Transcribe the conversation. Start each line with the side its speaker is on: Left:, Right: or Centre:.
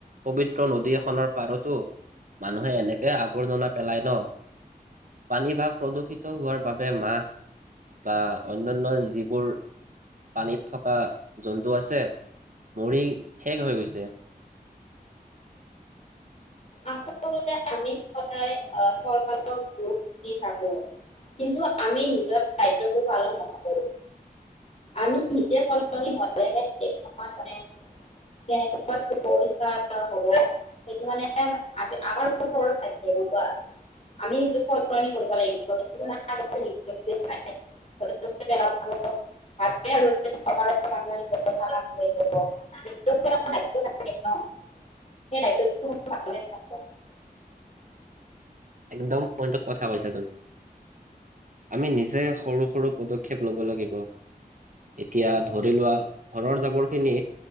Right: পবিত্ৰ নদী এখনৰ পাৰতো মানুহে এনেকে আৱৰ্জনা পেলায় ন পানীভাগ প্ৰদূষিত হোৱাৰ বাবে মাছ। বা অন্যানয় যিবোৰ পানীত থকা জন্তু আছে মৰি শেষ হৈ গৈছে।
Left: আচলতে আমি সদায় চৰকাৰক দুখ দি থাকো কিন্তু আমি নিজৰ দায়িত্ববোৰ পালন নকৰো আমি নিজে সলনি হলেহে দেশখন মানে কেনেকে পৰিষ্কাৰ হব সেইটো মানে আমাৰ ওপৰত থাকে গম পোৱা আমি নিজে সলনি কৰিব লাগিব <unintelligible> সেই দায়িত্বটো <unintelligible>
Right: একদম পইণ্টত কথা কৈছা তুমি আমি নিজে সৰু সৰু পদক্ষেপ ল'ব লাগিব। এতিয়া ধৰি লোৱা ঘৰৰ জাবৰ খিনি